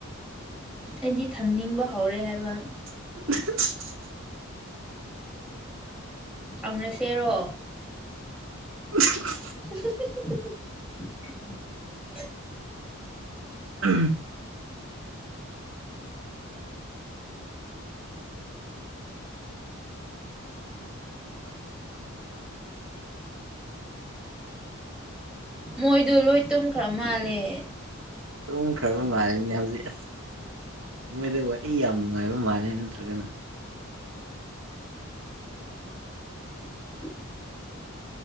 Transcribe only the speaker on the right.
<unintelligible>
<unintelligible>
ꯑꯝ
ꯇꯨꯝꯈꯔꯕ ꯃꯥꯂꯤꯅꯦ ꯍꯧꯖꯤꯛ ꯃꯣꯏꯗ ꯋꯥꯔꯤ ꯌꯥꯝ ꯅꯨꯡꯉꯥꯏꯕ ꯃꯥꯜꯂꯦ ꯅꯠꯇ꯭ꯔꯒꯅ